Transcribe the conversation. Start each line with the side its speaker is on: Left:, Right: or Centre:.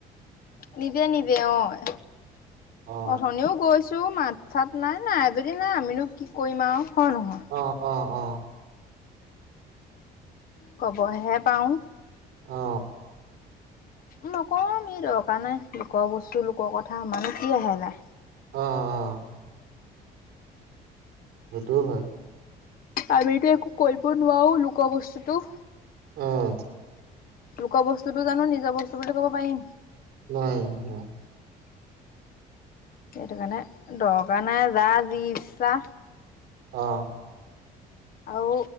Left: নিবে নিবে অই।
Right: অ
Left: অথনিও গৈছ তোৰ মাত চাত নাই। নাই যদি নাই। আমিনো কি কৰিম আৰু। হয় নহয়
Right: অ', অ', অ'।
Left: কবহে পাওঁ।
Right: অ
Left: নকওঁ আমি দৰকাৰ নাই। লোকৰ বস্তু লোকৰ কথা আমাৰনো কি আহে যায়।
Right: অ', অ', অ'। সেইটো হয়।
Left: আমিতো একো কৰিব নোৱাৰো লুকৱা বস্তুটো।
Right: অ'।
Left: লোকৰ বস্তুটো জানো নিজৰ বস্তু বুলি ক'ব পাৰিম?
Right: নোৱাৰিম নোৱাৰি।
Left: সেইটো কাৰণে দৰকাৰ নাই যাৰ যি ইচ্ছাহ।
Right: অহ।
Left: আৰু